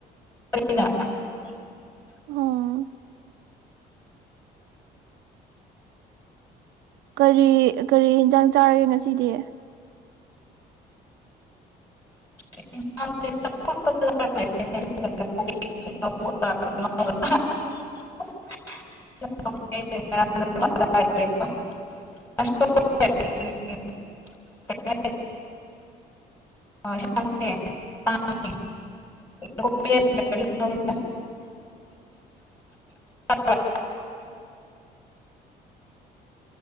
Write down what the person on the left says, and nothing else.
<unintelligible> <unintelligible> <unintelligible>
<unintelligible> <unintelligible> <unintelligible> <unintelligible> <unintelligible>
<unintelligible>